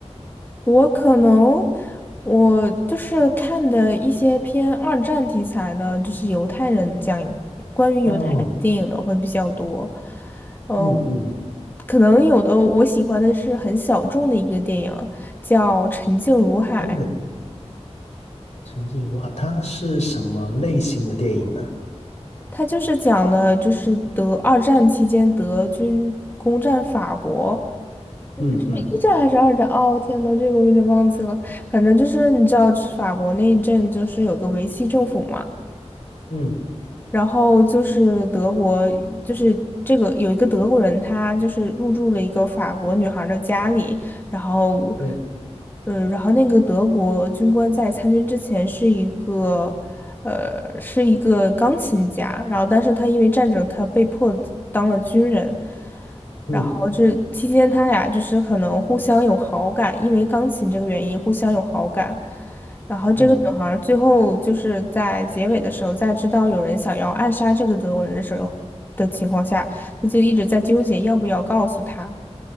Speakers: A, on the left; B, on the left.
A: 我可能我就是看的一些偏二战题材的，就是犹太人讲关于犹太人电影的会比较多。
B: 哦，
A: 呃，
B: 嗯嗯，
A: 可能有的我喜欢的是很小众的一个电影，叫《沉静如海》，
B: 东北沉静如海，它是什么类型的电影呢？
A: 它就是讲了就是德二战期间德军攻占法国。是一战还是二战？
B: 嗯嗯
A: 哦，天呐，这个我有点忘记了。反正就是你知道，就是法国那一阵，就是有个维希政府嘛。
B: 嗯，
A: 然后就是德国，就是这个有一个德国人，他就是入住了一个法国女孩儿的家里，然后，
B: 对，
A: 呃，然后那个德国军官在参军之前是一个，呃，是一个钢琴家，然后但是他因为战争，他被迫当了军人，
B: 嗯。
A: 然后这期间他俩就是可能互相有好感，因为钢琴这个原因互相有好感。然后这个女孩儿最后就是在结尾的时候，
B: 嗯，
A: 在知道有人想要暗杀这个德国人的时候的情况下，她就一直在纠结要不要告诉他。